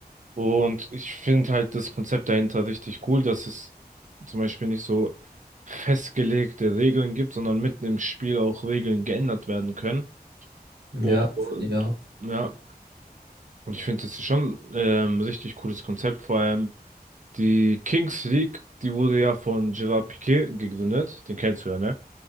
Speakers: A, on the right (about 50°); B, on the right (about 85°).
A: Und ich finde halt das Konzept dahinter richtig cool, dass es zum Beispiel nicht so festgelegte Regeln gibt, sondern mitten im Spiel auch Regeln geändert werden können.
B: Ja,
A: Und
B: finde ich auch.
A: ja, und ich finde, das ist schon ähm, richtig cooles Konzept, vor allem die Kings League, die wurde ja von Gerard Piqué gegründet, den kennst du ja, ne?